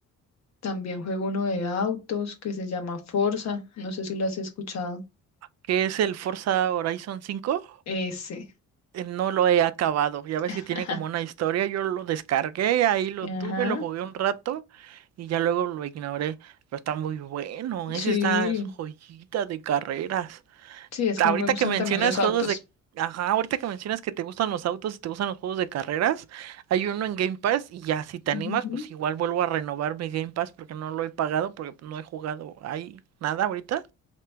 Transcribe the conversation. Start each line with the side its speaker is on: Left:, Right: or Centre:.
Left: También juego uno de autos que se llama Forza. No sé si lo has escuchado.
Right: ¿Qué es el Forza Horizon cinco
Left: Ese.
Right: eh, No lo he acabado. Ya ves
Left: <laughs>
Right: que tiene como una historia. Yo lo descargué, ahí lo
Left: Ajá.
Right: tuve, lo jugué un rato y ya luego lo ignoré. Pero está muy bueno. Ese
Left: Sí.
Right: está es joyita de carreras.
Left: Sí, es
Right: Ahorita
Left: que no me gustan
Right: que mencionas
Left: también los
Right: juegos
Left: autos.
Right: de... Ajá, ahorita que mencionas que te gustan los autos y te gustan los juegos de carreras, hay uno en Game Pass y ya si te
Left: Ujú.
Right: animas, pues igual vuelvo a renovar mi Game Pass porque no lo he pagado, porque no he jugado ahí nada ahorita.